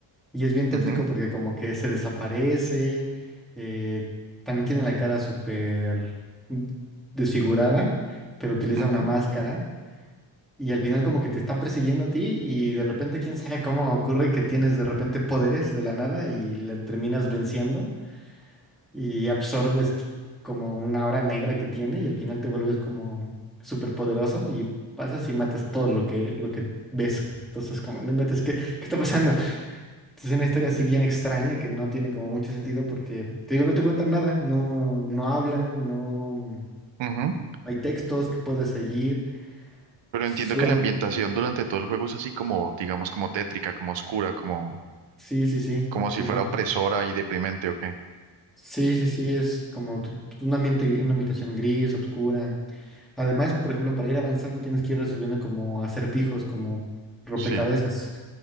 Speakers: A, in the centre; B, on the right.
A: y es bien tétrico
B: Ujú,
A: porque como que se desaparece, eh, también tiene la cara súper desfigurada, pero utiliza
B: ujú,
A: una máscara y al final como que te está persiguiendo a ti y de repente quién sabe cómo ocurre que tienes de repente poderes de la nada y le terminas venciendo y absorbes qu- como una hora negra que tiene y al final te vuelves como súper poderoso y pasas y matas todo lo que, lo que ves. Entonces, como, no inventes, ¿qué, qué está pasando? Entonces, es una historia así bien extraña que no tiene como mucho sentido porque, te digo, no te cuentan nada, no, no hablan, no, no
B: ujú.
A: hay textos que puedas seguir,
B: Pero
A: solamente...
B: entiendo que la ambientación durante todo el juego es así como, digamos, como tétrica, como oscura, como,
A: Sí, sí, sí.
B: como si
A: Y
B: fuera opresora y deprimente, ¿o qué?
A: Sí, sí, sí, es como tu- tu- un ambiente, una habitación gris, oscura. Además, por ejemplo, para ir avanzando tienes que ir resolviendo como acertijos, como rompecabezas.
B: Sí.